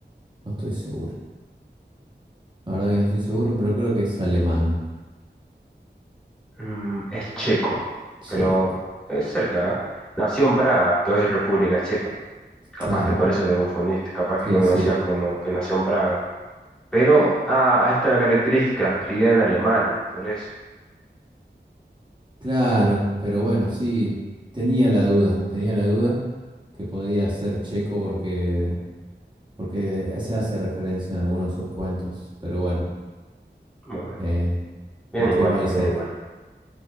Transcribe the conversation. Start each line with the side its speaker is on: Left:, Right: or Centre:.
Right: no estoy seguro. La verdad que no estoy seguro, pero creo que es alemán.
Centre: Mm, es checo,
Right: Checo.
Centre: pero es cerca. ¿eh? Nació en Praga, que hoy es República Checa. Capaz
Right: Claro.
Centre: que por eso te confundiste, capaz que
Right: Sí,
Centre: lo conocías
Right: sí.
Centre: como que nació en Praga. Pero, ah, ahí está la característica, escribía en alemán, por eso.
Right: Claro, pero bueno, sí, tenía la duda, tenía la duda que podía ser checo porque, porque se hace referencia en algunos de sus cuentos, pero bueno,
Centre: Muy bien,
Right: eh,
Centre: bien
Right: estuvimos
Centre: igual,
Right: ahí cerca.
Centre: bien igual.